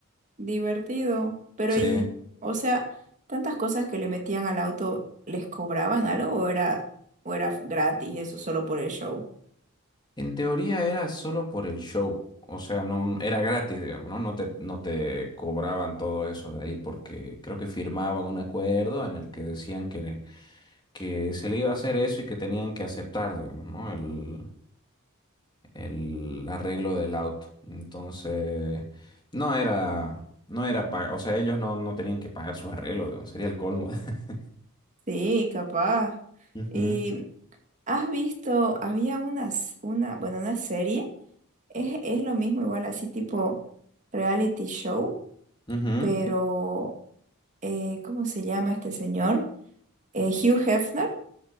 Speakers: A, on the right (about 35°); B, on the left (about 20°).
A: Divertido. Pero
B: Sí.
A: y, o sea, tantas cosas que le metían al auto, ¿les cobraban algo o era, o era gratis eso solo por el show?
B: En teoría era solo por el show, o sea, no era gratis, digamos, ¿no? No te, no te cobraban todo eso de ahí porque creo que firmaban un acuerdo en el que decían que, que se le iba a hacer eso y que tenían que aceptar, digamos, ¿no? El, el arreglo del auto. Entonces, no era, no era pagar, o sea, ellos no, no tenían que pagar sus arreglos, digamos, sería el colmo. <laughs>
A: Sí, capaz.
B: Ujú,
A: Y has visto, había unas, una, bueno, una serie, es, es lo mismo igual así tipo reality show,
B: ujú.
A: pero eh, ¿cómo se llama este señor? Eh, Hugh Hefner